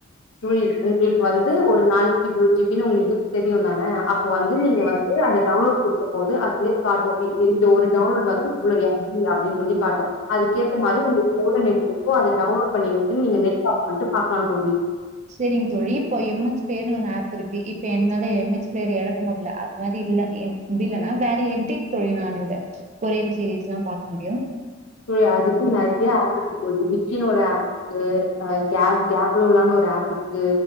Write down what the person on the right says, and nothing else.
செரிங்க தோழி இப்போ எம் எஸ் பிளேயர்னு ஒன் ஆப் இருக்கு இப்ப என்னோட எம் எக்ஸ் பிளேயர் எழக்க முடியல அது மாரி இல்ல முடியலனா வேற எப்டி தொழினான இந்த கொரியன் சீரீஸ் எல்லா பாக்க முடியு